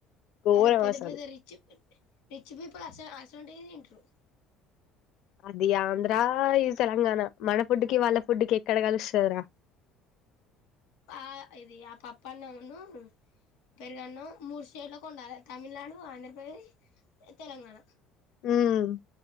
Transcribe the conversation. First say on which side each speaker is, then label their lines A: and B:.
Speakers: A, on the left; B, on the left.
A: ఘోరం
B: అద పెద్ద
A: అసలు
B: పెద రిచ్ రిచ్ పోయి ఇప్పులు అస అసలు ఉంటే తంట్ర
A: అది ఆంధ్ర ఇది తెలంగాణ మన ఫుడ్కి వాళ్ళ ఫుడ్కి ఎక్కడ కలుస్తుంద రా
B: అ ఇది ఆ పప్ప అన్నవును పెరుగన్నా మూడు స్టేట్లోకి ఉండాలి తమిళనాడు ఆంధ్రప్రదేశ్ తెలంగాణ
A: హ్మ్.